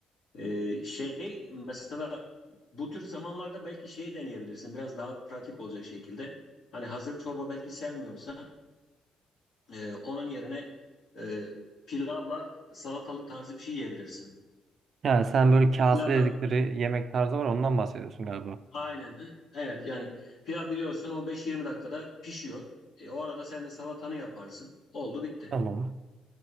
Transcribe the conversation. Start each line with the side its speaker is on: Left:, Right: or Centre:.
Left: E, şey mesela bu tür zamanlarda belki şey deneyebilirsin. Biraz daha pratik olacak şekilde. Hani hazır çorba belki sevmiyorsan e, onun yerine e, pilavla salatalık tarzı bir şey yiyebilirsin.
Right: Yani sen böyle kase
Left: Pilav
Right: dedikleri
Left: da
Right: yemek tarzı var ondan bahsediyorsun galiba.
Left: aynen. hı. Evet yani pilav biliyorsun 15-20 dakikada pişiyor. E, o arada sen de salatanı yaparsın. Oldu bitti.
Right: Tamam.